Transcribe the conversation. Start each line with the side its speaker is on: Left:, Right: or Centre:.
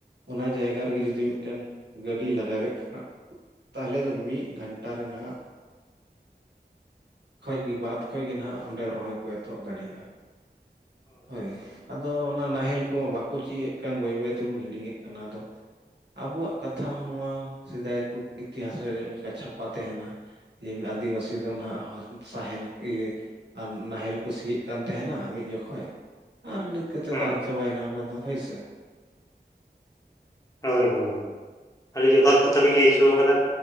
Right: ᱚᱱᱟ ᱡᱟᱭᱜᱟ ᱨᱮᱜᱮ ᱡᱩᱫᱤ ᱢᱤᱫᱴᱮᱱ ᱜᱟᱹᱰᱤ ᱞᱟᱜᱟᱣᱮᱫ <unintelligible> ᱛᱟᱦᱚᱞᱮ ᱫᱚ ᱢᱤᱫ ᱜᱷᱟᱱᱴᱟ ᱨᱮ ᱱᱟᱦᱟᱜ ᱠᱷᱚᱡ ᱜᱮ ᱵᱟᱛ ᱠᱷᱚᱡ ᱜᱮ ᱱᱟᱦᱟᱜ ᱚᱸᱰᱮ ᱨᱚᱦᱚᱭ ᱠᱚ ᱮᱛᱚᱦᱚᱵ ᱫᱟᱲᱮᱭᱟᱜᱼᱟ᱾ ᱦᱳᱭ ᱟᱫᱚ ᱚᱱᱟ ᱱᱟᱦᱮᱞ ᱟᱠᱚᱢᱟ ᱵᱟᱠᱚ ᱪᱤᱭᱟᱹ ᱮᱫ ᱠᱟᱱ ᱵᱟᱹᱭ ᱵᱟᱹᱭ ᱛᱮᱵᱚᱱ ᱦᱤᱲᱤᱧᱮᱫ ᱠᱟᱱᱟ ᱟᱫᱚ ᱟᱵᱚᱣᱟᱜ ᱠᱟᱛᱷᱟ ᱦᱚᱸ ᱱᱚᱣᱟ ᱥᱮᱫᱟᱭ ᱠᱚ ᱤᱛᱤᱦᱟᱥ ᱨᱮ ᱞᱮᱠᱟ ᱪᱷᱟᱯᱟ ᱛᱟᱦᱮᱱᱟ᱾ ᱡᱮ ᱟᱹᱫᱤᱵᱟᱹᱥᱤ ᱫᱚ ᱱᱟᱦᱟᱜ ᱥᱟᱦᱮᱱ ᱠᱮ ᱤᱭᱟᱹ ᱟᱨ ᱱᱟᱦᱮᱞ ᱠᱚ ᱥᱤᱭᱮᱫ ᱠᱟᱱ ᱛᱟᱸᱦᱮᱱᱟ ᱢᱤᱫ ᱡᱚᱠᱷᱮᱡ ᱟᱨ ᱱᱤᱛ ᱪᱤᱠᱟ. ᱛᱮᱫᱚ
Left: ᱦᱩᱸ
Right: ᱟᱫ ᱪᱟᱵᱟᱭᱮᱱᱟ ᱚᱱᱟ ᱫᱚ ᱦᱳᱭ ᱥᱮ᱾
Left: ᱦᱳᱭ ᱦᱳᱭ ᱟᱹᱰᱤ ᱡᱚᱛᱷᱟᱛ ᱠᱟᱛᱷᱟ ᱵᱤᱱ ᱞᱟᱹᱭ ᱦᱚᱪᱚ ᱠᱟᱫᱟ᱾